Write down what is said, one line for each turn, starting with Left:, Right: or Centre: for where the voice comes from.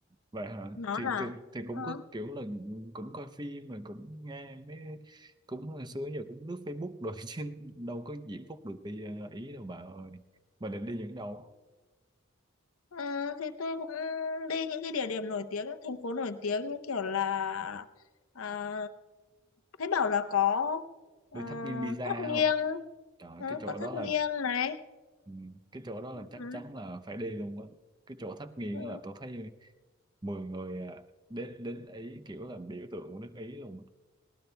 Right: vậy hả?
Left: Nó
Right: Thì,
Left: là
Right: thì, thì cũng
Left: ờ,
Right: có kiểu là cũng coi phim rồi cũng nghe mấy, cũng hồi xưa đến giờ cũng lướt Facebook rồi <laughs> chứ đâu có diễm phúc được đi ờ, ý đâu bà ơi. Bà định đi những đâu?
Left: Ờ, thì tôi cũng đi những cái địa điểm nổi tiếng, những thành phố nổi tiếng như kiểu là à, thấy bảo là có ờ,
Right: Đi thắp nghiêng pizza
Left: tháp nghiêng,
Right: không? Trời,
Left: ờ,
Right: cái chỗ
Left: có
Right: đó
Left: tháp
Right: là
Left: nghiêng này,
Right: Ừ, cái chỗ đó
Left: ừ,
Right: là chắc chắn là phải đi luôn á cái chỗ tháp nghiêng
Left: ừ,
Right: là tôi thấy mười người à, đến đến ý kiểu là biểu tượng của nước Ý luôn á